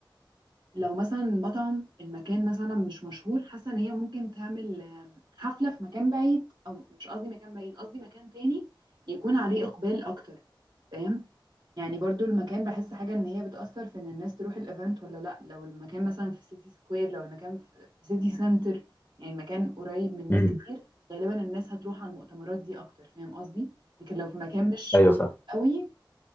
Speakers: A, on the right; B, on the left.
A: لو مثلا المطعم المكان مثلا مش مشهور حاسه ان هي ممكن تعمل آم، حفله في مكان بعيد او مش قصدي مكان بعيد قصدي مكان تاني يكون عليه اقبال اكتر فاهم يعني برضو المكان بحس حاجه ان هي بتاثر في ان الناس تروح الايفنت ولا لا لو المكان مثلا في سيتي سكوير لو المكان في في سيتي سنتر يعني مكان قريب من ناس
B: مم،
A: كتير غالبا الناس هتروح على المؤتمرات دي اكتر فاهم قصدي لكن لو في مكان مش
B: ايوه
A: معروف
B: فاهم
A: قوي